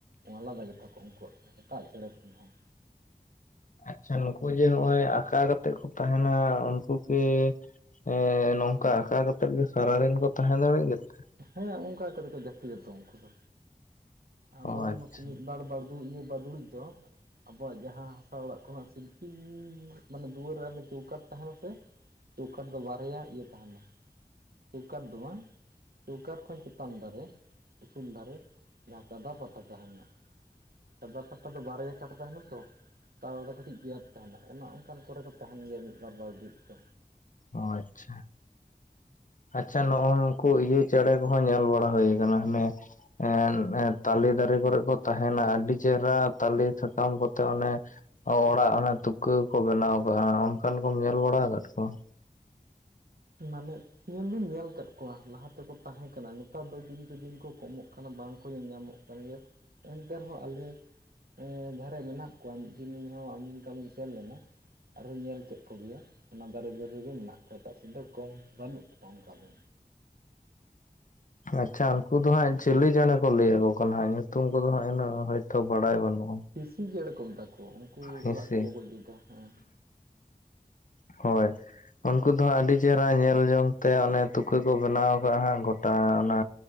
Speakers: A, on the right (about 75°); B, on the left (about 55°).
A: ᱟᱞᱟᱫᱟ ᱜᱮᱛᱟ ᱠᱚᱣᱟ ᱩᱱᱠᱩᱣᱟᱜ ᱫᱟᱜ ᱪᱮᱸᱬᱮ ᱞᱮᱠᱟ ᱦᱚᱸ
B: ᱟᱪᱪᱷᱟ ᱱᱩᱠᱩ ᱡᱮ ᱱᱚᱜ ᱚᱭ ᱟᱠᱟ ᱠᱟᱛᱮᱜ ᱠᱚ ᱛᱟᱸᱦᱮᱱᱟ ᱩᱱᱠᱩ ᱠᱤ? ᱮᱸ ᱱᱚᱝᱠᱟ ᱟᱠᱟᱸ ᱠᱟᱛᱮᱫ ᱜᱮ ᱥᱟᱨᱟᱫᱤᱱ ᱠᱚ ᱛᱟᱦᱮᱸ ᱫᱟᱲᱮᱭᱟᱜ ᱜᱮᱛᱮ?
A: ᱦᱮᱸ ᱚᱱᱠᱟ ᱠᱟᱛᱮ ᱠᱚ ᱡᱟᱹᱯᱤᱛᱟ ᱛᱚ ᱩᱱᱠᱩ ᱫᱚᱼᱼ ᱟᱵᱚ
B: ᱚ ᱟᱪᱪᱷᱟ
A: ᱱᱩᱠᱩ ᱢᱤᱫᱵᱟᱨ ᱵᱟᱲᱫᱩ ᱮᱸ ᱵᱟᱫᱩᱲᱩᱡ ᱫᱚᱼᱼ ᱟᱵᱚᱣᱟᱜ ᱡᱟᱦᱟᱸ ᱦᱟᱥᱟ ᱚᱲᱟᱜ ᱠᱷᱚᱱᱟᱜ ᱥᱤᱞᱯᱤ ᱢᱟᱱᱮ ᱫᱩᱣᱟᱹᱨ ᱨᱮ ᱪᱳᱣᱠᱟᱴ ᱛᱟᱦᱮᱸᱱᱟ ᱥᱮᱼᱼ ᱪᱳᱣᱠᱟᱴ ᱫᱚ ᱵᱟᱨᱭᱟ ᱤᱭᱟᱹ ᱛᱟᱦᱮᱸᱱᱟᱼᱼ ᱪᱳᱣᱠᱟᱴ ᱫᱚ ᱵᱟᱝ ᱪᱳᱣᱠᱟᱴ ᱠᱷᱚᱱ ᱪᱮᱛᱟᱱ ᱫᱷᱟᱨᱮ ᱩᱥᱩᱞ ᱫᱷᱟᱨᱮ᱾ ᱡᱟᱸᱦᱟᱸ ᱠᱟᱫᱟ ᱯᱟᱴᱟ ᱛᱟᱦᱮᱸᱱᱟ ᱥᱟᱫᱟ ᱯᱟᱴᱟ ᱫᱚ ᱵᱟᱨᱭᱟ ᱠᱟᱴ ᱛᱟᱦᱮᱸᱱᱟ ᱛᱚᱼᱼ ᱛᱟᱞᱨᱮ ᱠᱟᱹᱴᱤᱡ ᱜᱮᱯ ᱛᱟᱦᱮᱸᱱᱟ ᱚᱱᱟ ᱚᱱᱠᱟᱱ ᱠᱚᱨᱮ ᱠᱚ ᱛᱟᱦᱮᱱ ᱜᱮᱭᱟ ᱢᱤᱫ ᱵᱟᱨ ᱵᱟᱨᱫᱩᱲᱤᱡ ᱫᱚ
B: ᱚ ᱟᱪᱷᱟ ᱟᱪᱷᱟ ᱱᱚᱜ ᱚ ᱱᱩᱠᱩ ᱤᱭᱟᱹ ᱪᱮᱸᱬᱮ ᱠᱚᱦᱚᱸ ᱧᱮᱞ ᱵᱟᱲᱟ ᱦᱩᱭ ᱠᱟᱱᱟ ᱦᱟᱱᱮ ᱮᱸ ᱛᱟᱞᱮ ᱫᱟᱨᱮ ᱠᱚᱨᱮᱜ ᱠᱚ ᱛᱟᱦᱮᱸᱱᱟ ᱟᱹᱰᱤ ᱪᱮᱨᱟ ᱛᱟᱞᱮ ᱥᱟᱠᱟᱢ ᱠᱚᱛᱮ ᱚᱱᱮ ᱚᱲᱟᱜ ᱚᱱᱮ ᱛᱩᱠᱟᱹ ᱠᱚ ᱵᱮᱱᱟᱣ ᱠᱟᱜᱼᱟ ᱚᱱᱠᱟᱱ ᱠᱚᱢ ᱧᱮᱞ ᱵᱟᱲᱟ ᱠᱟᱫ ᱠᱚᱣᱟ
A: ᱢᱟᱱᱮ ᱧᱮᱞ ᱫᱩᱧ ᱧᱮᱞ ᱠᱟᱫ ᱠᱚᱣᱟ ᱞᱟᱦᱟ ᱛᱮᱠᱚ ᱛᱟᱦᱮᱸ ᱠᱟᱱᱟ ᱱᱮᱛᱟᱨ ᱫᱚ ᱫᱤᱱᱠᱮ-ᱫᱤᱱ ᱠᱚ ᱠᱚᱢᱚᱜ ᱠᱟᱱᱟ ᱵᱟᱝᱠᱚ ᱧᱮᱞ ᱧᱟᱸᱢᱚᱜ ᱠᱟᱱᱟ ᱠᱟᱱ ᱜᱮᱭᱟ ᱮᱱᱛᱮ ᱨᱮᱦᱚᱸ ᱟᱞᱮ ᱮᱸ ᱡᱟᱦᱟᱸᱨᱮ ᱢᱮᱱᱟᱜ ᱠᱚᱣᱟ ᱢᱤᱫ ᱫᱤᱱ ᱤᱧ ᱦᱚᱸ ᱟᱢᱤᱱ ᱠᱟᱹᱢᱤᱧ ᱥᱮᱱ ᱞᱮᱱᱟ ᱟᱨᱚ ᱧᱮᱞ ᱠᱮᱫ ᱠᱚ ᱜᱮᱭᱟ ᱚᱱᱟ ᱫᱟᱨᱮ ᱨᱮᱜᱮ ᱢᱮᱱᱟᱜ ᱠᱚᱣᱟ ᱮᱴᱟᱜ ᱥᱮ ᱫᱚ ᱠᱚᱢ ᱵᱟᱹᱱᱩᱜ ᱠᱚᱣᱟ ᱚᱱᱠᱟ ᱫᱚ
B: ᱟᱪᱷᱟ ᱩᱱᱠᱩ ᱫᱚ ᱦᱟᱸᱜ ᱪᱤᱞᱤ ᱪᱮᱸᱬᱮ ᱠᱚ ᱞᱟᱹᱭᱟ ᱠᱚ ᱠᱟᱱᱟ ᱦᱟᱸᱜ ᱧᱩᱛᱩᱢ ᱠᱚᱫᱚ ᱦᱟᱸᱜ ᱤᱱᱟᱹᱜ ᱦᱚᱭᱛᱚ ᱵᱟᱰᱟᱭ ᱵᱟᱹᱱᱩᱜᱼᱟ᱾
A: ᱴᱤᱥᱤ ᱪᱮᱸᱬᱮ ᱠᱚ ᱢᱮᱛᱟ ᱠᱚᱣᱟ ᱩᱱᱠᱩ
B: ᱦᱮᱸᱥᱮ
A: ᱚᱲᱟᱜ ᱠᱚ-ᱠᱚ ᱡᱩᱫᱟ ᱦᱮᱸ
B: ᱦᱚᱭ ᱩᱱᱠᱩ ᱫᱚ ᱦᱟᱸᱜ ᱟᱹᱰᱤ ᱪᱮᱦᱨᱟ ᱧᱮᱞ ᱡᱚᱝ ᱛᱮ ᱚᱱᱮ ᱛᱩᱠᱟᱹ ᱠᱚ ᱵᱮᱱᱟᱣ ᱠᱟᱜ-ᱟ ᱦᱟᱸᱜ ᱜᱚᱴᱟ ᱚᱱᱟ